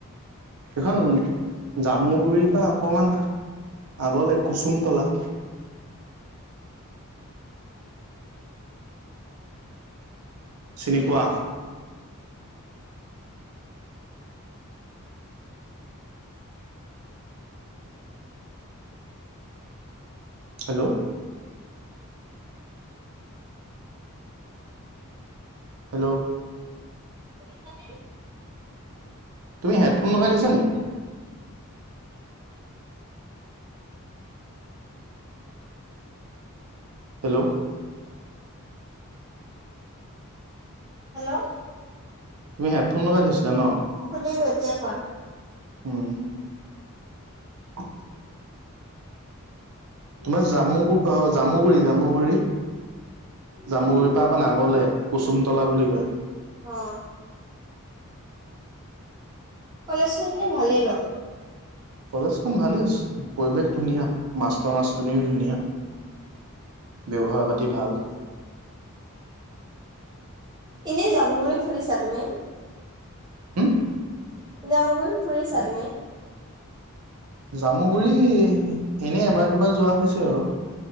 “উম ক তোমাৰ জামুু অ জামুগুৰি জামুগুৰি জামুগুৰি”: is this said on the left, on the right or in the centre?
Right